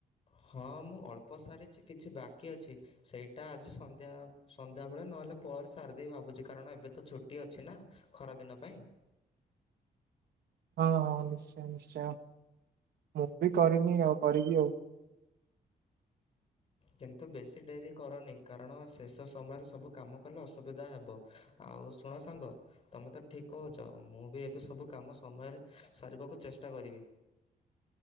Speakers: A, on the left; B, on the right.
A: ହଁ ମୁଁ ଅଳ୍ପ ସାରିଛି କିଛି ବାକି ଅଛି ସେଇଟା ଆଜି ସନ୍ଧ୍ୟା ସନ୍ଧ୍ୟାବେଳେ ନ ନହେଲେ ପରେ ସାରିଦେବି ଭାବୁଛି କାରଣ ଏବେ ତ ଛୁଟି ଅଛି ନା ଖରା ଦିନ ପାଇଁ।
B: ହଁ ହ ନିଶ୍ଚୟ ନିଶ୍ଚୟ। ମୁଁ ବି କରିନି ଆଉ କରିବି ଆଉ।
A: କିନ୍ତୁ ବେଶୀ ଡେରି କରନି କାରଣ ଶେଷ ସମୟରେ ସବୁ କାମ କଲେ ଅସୁବିଧା ହେବ ଆ ଆଉ ଶୁଣ ସାଙ୍ଗ ତମେ ତ ଠିକ କହୁଛ ମୁଁ ବି ଏବେ ସବୁ କାମ ସମୟରେ ସାରିବାକୁ ଚେଷ୍ଟା କରିବି।